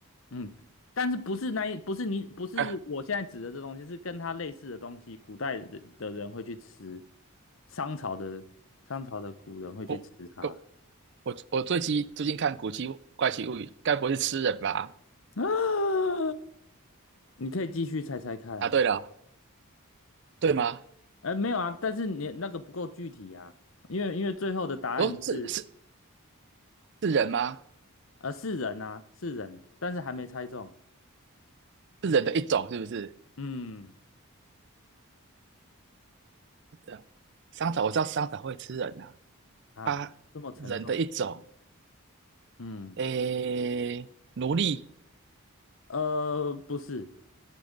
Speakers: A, on the left; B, on the right.
A: 嗯，但是不是那一，不是你，不是我现在指的这东西，
B: 哎，
A: 是跟它类似的东西，古代的的人会去吃，商朝的商朝的古人会去吃它，
B: 我我我我最近最近看《古奇怪奇物语》，该不会是吃人吧？
A: 啊，你可以继续猜猜看啊，
B: 啊，对了。对吗？
A: 哎，没有啊，但是你那个不够具体啊，因为因为最后的答案是。
B: 哦，这是是人吗？
A: 呃，是人啊，是人，但是还没猜中。
B: 是人的一种是不是？
A: 嗯，
B: 是这样，香草我知道香草会吃人呐、
A: 啊，
B: 啊，啊人的一种，
A: 这么沉重。嗯，
B: 诶，奴隶，
A: 呃，不是，